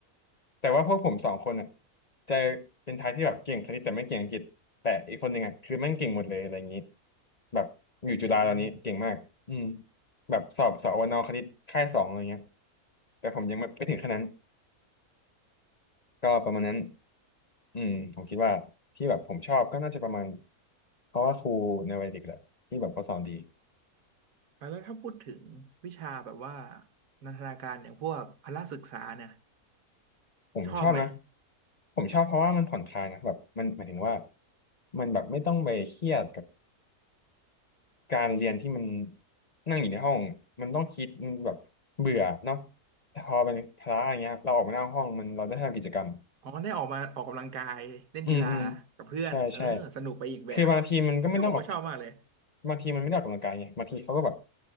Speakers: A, on the left; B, on the right.
A: แต่ว่าพวกผมสองคนอะจะเป็นทายที่แบบเก่งคณิตแต่ไม่เก่งอังกฤษแต่อีกคนหนึ่งอะคือแม่งเก่งหมดเลยอะไรอย่างนี้แบบอยู่จุฬาตอนนี้เก่งมากอืม
B: อืม
A: แบบสอบสอวนคณิตค่ายสองอะไรเงี้ยแต่ผมยังไม่ไปถึงขนาดนั้น ก็ประมาณนั้นอืมผมคิดว่าที่แบบผมชอบก็น่าจะประมาณเพราะว่าครูในวัยเด็กแหละที่แบบเขาสอนดี
B: แล้วถ้าพูดถึงวิชาแบบว่านันทนาการอย่างพวกพละศึกษาเนี่ย
A: ผมชอบนะ
B: ชอบไหม
A: ผมชอบเพราะว่ามันผ่อนคลายนะแบบมันหมายถึงว่ามันแบบไม่ต้องไปเครียดกับการเรียนที่มันนั่งอยู่ในห้องมันต้องคิดมันแบบเบื่อเนาะแต่พอเป็นพละอย่างเงี้ยเราออกมาหน้าห้องมันเราได้ทำกิจกรรม
B: อ๋อได้ออกมาออกกำลังกายเล่นกีฬากับเพื่อนเออสนุกไปอีกแบบ
A: อืมอืมใช่ใช่คือบางทีมันก็ไม่ต้องออก
B: เฮ้ยผมก็ชอบมากเลย
A: บางทีมันไม่ได้ออกกำลังกายไงบางทีเขาก็แบบ